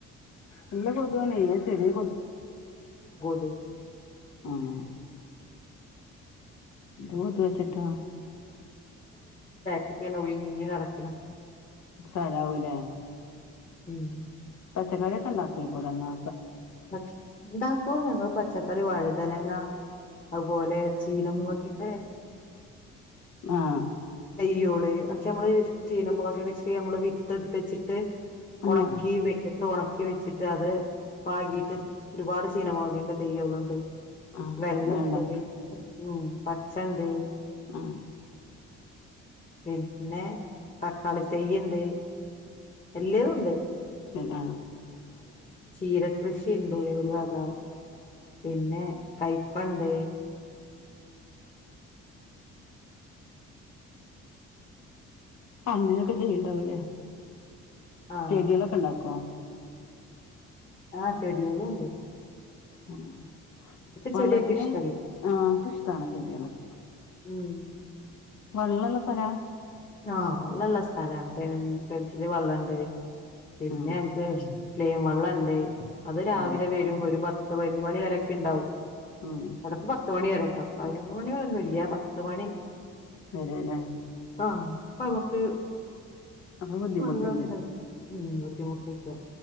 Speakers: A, on the left (about 65°); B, on the left (about 25°).
A: നല്ല കൊതുവാണേ ചെറിയ
B: <unintelligible> <unintelligible>
A: ആാ <unintelligible>
B: <unintelligible> നടക്കാണാത്
A: സലാവൂല്ലേ
B: ഉം
A: പച്ചക്കറിയൊക്കെ ണ്ടാക്കി കൂടെന്നാ
B: <unintelligible> ഞങ്ങള് പച്ചക്കറി വഴുതനങ്ങ അത് പോലെ ചീന മൊളക്കിന്റെ
A: മാഹ്.
B: തെയ്യോള് ഒക്കെ നമ്മള് ചീനമൊളക് വെച്ചിട്ട് നമ്മള് വിട്ട എടുത്ത് വെച്ചിട്ട്
A: ആഹ്
B: ഒണക്കി വെയിലത്ത് ഒണ ക്കി വെച്ചിട്ട് അത് പാകിട്ട് ഒരുപാട് ചീന മുളകിന്റെ തെയ്യോള്ണ്ട്.
A: ആഹ്
B: വെള്ളണ്ട് ഉ പച്ചണ്ട്.
A: ഉം.
B: പിന്നെ തക്കാളി തൈയിണ്ട് എല്ലതും ഉണ്ട്.
A: പിന്ന
B: ചീര കൃഷിയുണ്ട് ഒരു വഗ പിന്നെ കയ്പ്പണ്ട്.
A: അങ്ങനൊക്കെ ചെയ്യണ്ടാവൂലേ
B: ആഹ്
A: ചെടിയളൊക്കെ ഇണ്ടാക്കുവോ?
B: ആഹ് ചെടിയോളും ഉണ്ട്.
A: ഉം വള്ളത്തിന്
B: ചെടിയൊക്കെ ഇഷ്ടല്ലേ
A: ഞങ്ങക്ക് ഇഷ്ടാണ് ചെടികളക്ക
B: ഉം.
A: വെള്ള ഉള്ള സ്ഥല?
B: ആഹ് വെള്ള ഉള്ള സ്ഥലമാണ് പെ തെനറ്റില് വെള്ളണ്ട് പിന്നെ
A: ഉം
B: എനക്ക് ലൈൻ വെള്ളം ഉണ്ട് അത് രാവിലെ
A: ഉം
B: വരും ഒരു പത്ത് പതിനോന്ന് മണി വരൊക്കെ ഉണ്ടാവും.
A: ഉം
B: എടക്ക് പത്ത് മണി വരെ കേട്ടോ പതിനൊന്ന് മണി വരെൊന്നും ഇല്ല്യ പത്ത് മണി
A: അതേലെ.
B: ആഹ് അ നമുക്ക്
A: അപ്പൊ ബുദ്ധിമുട്ടില്ല
B: വളള ഇണ്ടറിം ഉം ബുദ്ധിമുട്ടില്ല